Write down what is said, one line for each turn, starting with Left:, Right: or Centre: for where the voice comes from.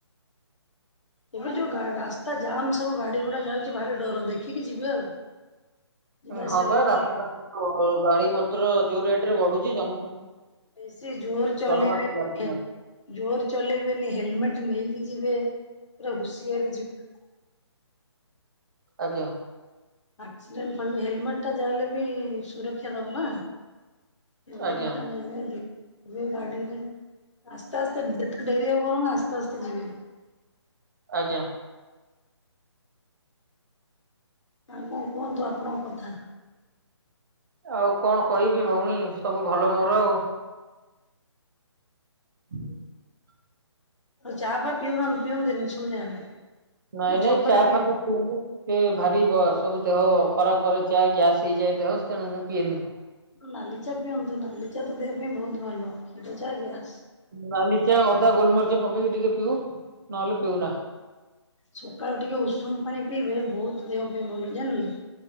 Left: ଏବେ ଯୋଉ ଗା-ରାସ୍ତା ଜାମ୍ ସବୁ ଗାଡି ଘୋଡା ଯାଉଛି ଭାରି ଡର ଦେଖିକି ଯିବେ ଆଉ। ଯିବା ଆସିବା
Right: ହଁ
Left: କରିବା
Right: ବା ରାସ୍ତା
Left: ଆଉ
Right: ଗାଡି ମଟର ଯୋଉ ରେଟ ରେ ବଢୁଛି ଜ
Left: ସେ ଜୋର ଚଲେଇବେ
Right: ମାଡୁଛି ଆଜ୍ଞା
Left: ଜୋର ଚଲେଇବେନି ହେଲମେଟ ନେଇ କି ଯିବେ ପୁରା ହୁସିଆରେ ଯିବେ।
Right: ଆଜ୍ଞା।
Left: ଆକ୍ସିଡେଣ୍ଟ ହେଲମେଟ ଟା ଯାଲେ ବି ସୁରକ୍ଷା ଦେବ ନା। ହେଲମେଟା
Right: ଆଜ୍ଞା।
Left: ନେବେ ଦେ ଗାଡିରେ ଆସ୍ତେ ଆସ୍ତେ ଯେତେ ଡେରି ହଉ ବରମ ଆସ୍ତେ ଆସ୍ତେ ଯିବେ।
Right: ଆଜ୍ଞା।
Left: ଆଉ କଣ କୁହନ୍ତୁ ଆପଣଙ୍କ କଥା?
Right: ଆଉ କଣ କହିବି ଭଉଣୀ ସବୁ ଭଲ ମୋର ଆଉ। ହୁଁ <unintelligible>
Left: ଚା ଫା ପିଉନାହାନ୍ତି-ପିଅନ୍ତିନି ସନ୍ଧ୍ୟାବେଳେ।
Right: ନାଇଁ
Left: ନା
Right: ନାଇଁ
Left: ଛକରେ
Right: ଚା
Left: ପିଇବେ?
Right: ଫା ମୁ ପିଭନିସେ ଭାରି ବ ସବୁ ଦେହ ଖରାପ କରେ ଚା ଗ୍ୟାସ୍ ହେଇଯାଏ ଦେହ ତେଣୁ ମୁଁ ପିଏନି
Left: ନାଲିଚା ପିଅନ୍ତୁ ନାଲିଚା ତ ଦେହ ପାଇଁ ବହୁତ ଭଲ କ୍ଷୀରଚା ଗ୍ୟା
Right: ନାଲି ଚା ଅଦା ଗୋଲମରିଚ ପକେଇକି ଟିକେ ପିଉ ନହେଲେ ପିଉନା
Left: ସକାଳୁ ଟିକେ ଉଷୁମ ପାଣି ପିଇବେ ବହୁତ ଦେହ ପାଇଁ ଭଲ ଜାଣିଲେ।